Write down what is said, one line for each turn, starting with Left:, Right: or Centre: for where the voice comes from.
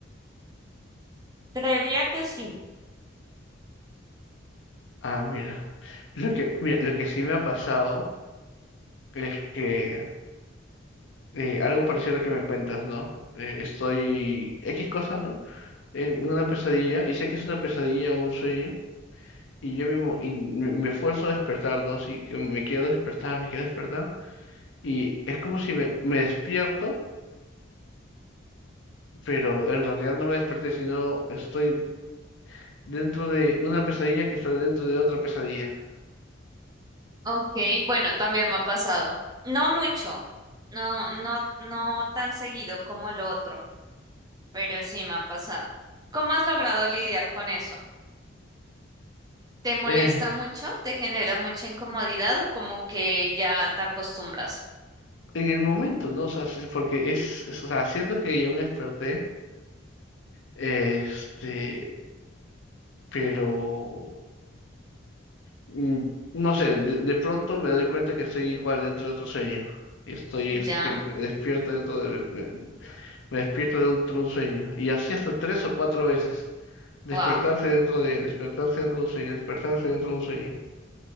Right: Creería que sí.
Left: Ah, mira. Lo que, mira, lo que sí me ha pasado es que eh, algo parecido a lo que me cuentas, ¿no? Eh, estoy X cosa, ¿no? En una pesadilla, y sé que es una pesadilla o un sueño, y yo mismo y me, me esfuerzo a despertar, ¿no? Así que me quiero despertar, me quiero despertar, y es como si me, me despierto, pero en realidad no me desperté, sino estoy dentro de una pesadilla que está dentro de otra pesadilla.
Right: Ok, bueno, también me ha pasado. No mucho, no, no, no tan seguido como lo otro, pero sí me ha pasado. ¿Cómo has logrado lidiar con eso? ¿Te molesta
Left: Eh,
Right: mucho? ¿Te genera mucha incomodidad o como que ya te acostumbras?
Left: en el momento, ¿no? O sea, sí, porque es, es, o sea, siento que ya me desperté, este, pero... Mm, No sé, de, de pronto me doy cuenta que estoy igual dentro de otro sueño. Y estoy así
Right: Ya,
Left: que me despierto dentro de... Me despierto dentro de un sueño. Y así hasta tres o cuatro veces. Despertarse
Right: wow.
Left: dentro de... Despertarse dentro de un sueño. Despertarse dentro de un sueño.